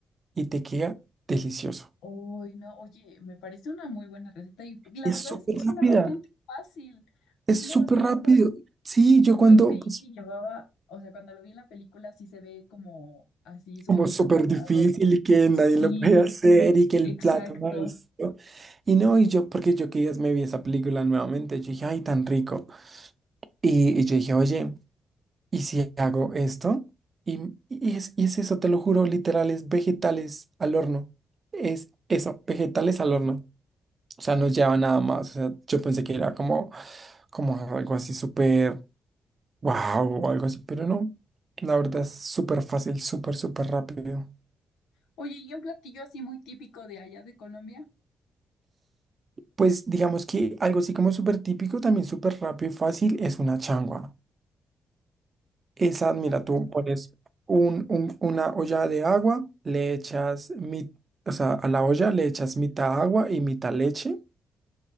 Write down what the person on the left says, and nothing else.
Uy, no, oye, me parece una muy buena receta y la
verdad
es que suena
bastante fácil.
Suena
bastante
fácil.
Yo creí
que llevaba, o sea, cuando lo vi en la película sí se ve como así súper
complicado.
Sí,
exacto.
Oye, ¿y un platillo así muy típico de allá de Colombia?
Esa
<laughs>